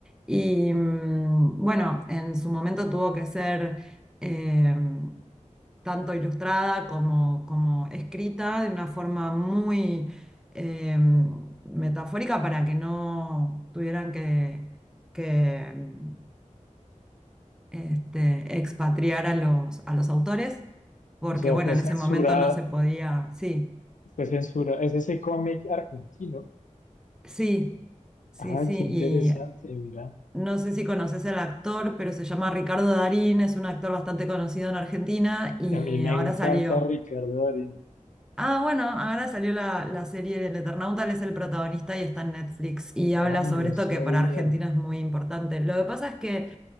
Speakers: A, in the centre; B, on the left.
A: Y mm, bueno, en su momento tuvo que ser eh, tanto ilustrada como, como escrita de una forma muy eh, metafórica para que no tuvieran que, que mm, este, expatriar a los, a los autores, porque
B: o sea,
A: bueno,
B: fue
A: en
B: censurada,
A: ese momento no se podía, sí,
B: fue censura, es ese cómic argentino.
A: sí. Sí,
B: Ay,
A: sí,
B: qué interesante,
A: y
B: mira.
A: No sé si conoces al actor, pero se llama Ricardo Darín, es un actor bastante conocido en Argentina y
B: A mí me
A: ahora
B: encanta
A: salió.
B: Ricardo Darín.
A: Ah, bueno, ahora salió la, la serie del Eternauta, él es el protagonista y está en Netflix y habla
B: Ay,
A: sobre
B: no
A: esto
B: sabía.
A: que para Argentina es muy importante. Lo que pasa es que